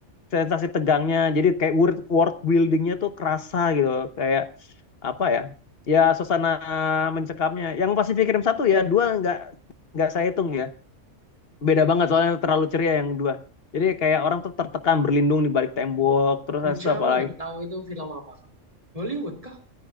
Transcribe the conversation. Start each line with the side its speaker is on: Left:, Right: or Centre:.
Left: sensasi tegangnya jadi kayak world, world buildingnya tuh kerasa gitu kayak apa ya ya suasana mencekamnya yang Pacific Rim satu ya dua nggak nggak saya hitung ya beda banget soalnya terlalu ceria yang dua jadi kayak orang tuh tertekan berlindung di balik tembok terus
Right: jujur
Left: habis itu apa
Right: aku
Left: lagi
Right: nggak tahu itu film apa kak Hollywood kah